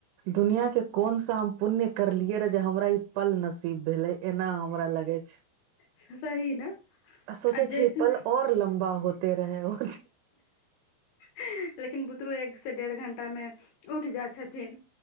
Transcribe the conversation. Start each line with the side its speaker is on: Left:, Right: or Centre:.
Right: दुनिया के कोन सा हम पुण्य करलियै रह जे हमरा पल नसीब भेले एना हमरा लगे छै।
Left: सही ने
Right: सोचे
Left: आ जैसन
Right: छै पल और लम्बा होते रह ओ
Left: छै लेकिन बुतरू एकसँ डेढ़ घण्टामे उठ जाइ छथिन।